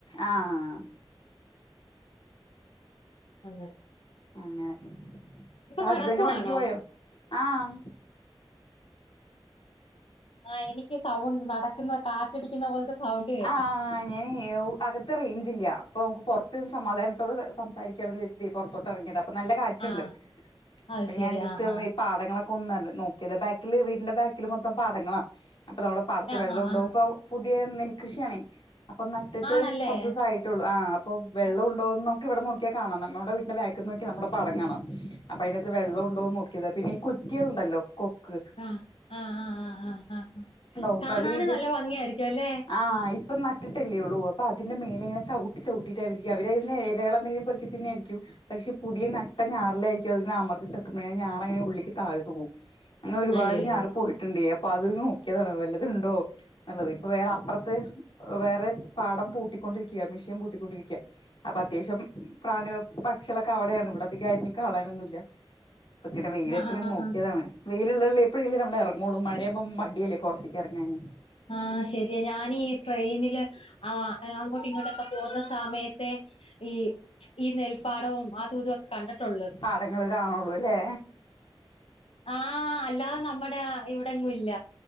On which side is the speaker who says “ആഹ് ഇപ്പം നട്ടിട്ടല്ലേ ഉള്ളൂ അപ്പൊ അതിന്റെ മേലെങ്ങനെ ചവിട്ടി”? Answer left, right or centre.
Left